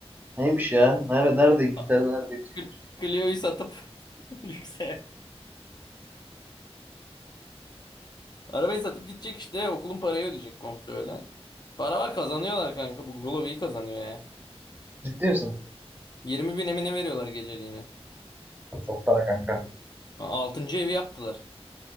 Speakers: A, on the right (about 15°); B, on the left (about 40°).
A: Neymiş ya? Nerede, nerede İngiltere'de
B: A-
A: nerede yüksek
B: Cl-
A: yapacak?
B: Clio'yu satıp <laughs> yükseğe. Arabayı satıp gidecek işte. Okulun parayı ödeyecek komple öyle. Para var kazanıyorlar kanka. Bu Golo iyi kazanıyor ya.
A: Ciddi misin?
B: Yirmi bin emine veriyorlar geceliğini.
A: Çok para kanka.
B: A- Altıncı evi yaptılar.